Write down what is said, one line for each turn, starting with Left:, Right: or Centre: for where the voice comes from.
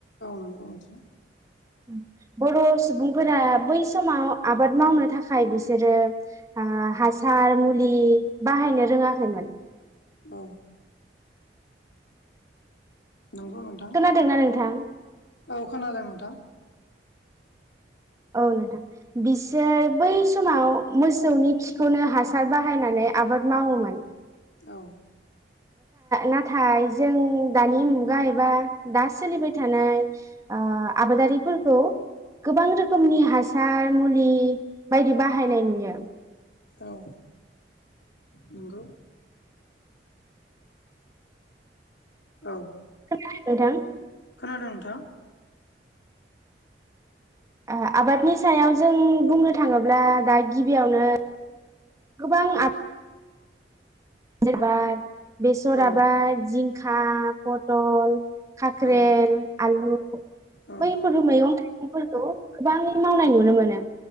Left: नंगौ नोंथां
Right: <inaudible> बर' सुबुंफोरा बै समाव आबाद मावनो थाखाय बिसोरो ओ हासार मुलि बाहायनो रोङाखैमोन।
Left: औ नंगौ नोंथां
Right: खोनादोंना नोंथां
Left: औ खोनादों नोंथां।
Right: औ नोंथां बिसोर बै समाव मोसौनि खिखौनो हासार बाहायनानै आबाद मावोमोन।
Left: औ
Right: नाथाय जों दानि मुगा एबा दा सोलिबाय थानाय ओ आबादारिफोरखौ गोबां रोखोमनि हासार मुलि बायदि बाहायनाय नुयो
Left: औ नंगौ औ
Right: <unintelligible> नोंथां
Left: खोनादों नोंथां?
Right: आ आबादनि सायाव जों बुंनो थाङोब्ला दा गिबियावनो गोबां आब <unintelligible> बेसराबा
Left: औ
Right: जिं हा पटल खाख्रेल
Left: औ
Right: आलु
Left: औ
Right: बैफोर मैगं थाइगंफोरखौ गोबां मावनाय नुनो मोनो